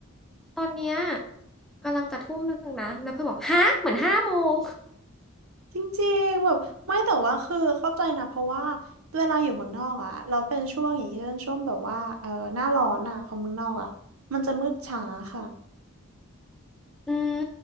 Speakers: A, in the centre; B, on the right.
A: ตอนเนี้ยกำลังจะทุ่มหนึ่งนะแล้วเพื่อนบอกฮะเหมือนห้าโมง
B: จริงๆแบบไม่แต่ว่าคือเข้าใจนะเพราะว่าเวลาอยู่เมืองนอกอ่ะเราเป็นช่วงอย่างนี้เป็นช่วงแบบว่าเออหน้าร้อนอ่ะของเมืองนอกอ่ะมันจะมืดช้าค่ะ
A: อืม